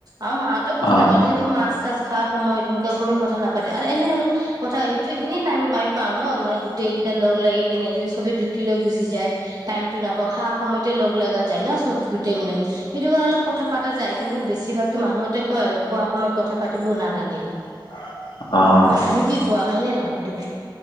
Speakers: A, on the right (about 50°); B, on the left (about 70°).
A: আমা মা হঁতেও কথা
B: অ
A: নাপা যিহেতু মাছ চাছ খা সময় তেনেকুৱা সময়ত কথা নাপা তাতে এনে আৰু কথা সেইটোৱে খিনিয়ে টাইম আমি পাও ন মানে গোটেই কেইটা লগ লাগি কেনে যে সবে লৈ গুচি যায় টাইম টো নাপাও, খা সময়তে লগা যায় ন চব গোটেই মিলাই সেইটো কাৰণে অলপ কথা পাতা যায়। কিন্তু বেছিভাগতো মানুহতে কয় আৰু খোৱা সময়ত কথা পাতিব নালাগে।
B: <inaudible> অ
A: হয়। তুমি কি কোৱা হয় নে নহয় হেইটো?